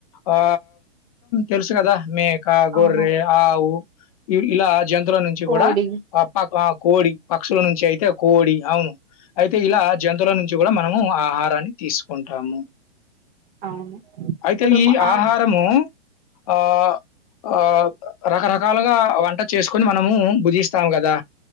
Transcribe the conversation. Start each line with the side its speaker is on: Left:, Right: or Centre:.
Left: ఆ తెలుసు కదా మేక గొర్రె
Right: అవును
Left: ఆవు ఇ ఇలా జంతువుల నుంచి
Right: కోడి
Left: కూడా ప కోడి పక్షుల నుంచి అయితే కోడి అవును అయితే ఇలా జంతువుల నుంచి కూడా మనము ఆహార తీసుకుంటాము
Right: అవును
Left: అయితే
Right: ఇప్పుడు
Left: ఈ
Right: ఆ
Left: ఆహారము ఆ ఆ రకరకాలుగా వంట చేసుకొని మనము బుజిస్తాము కదా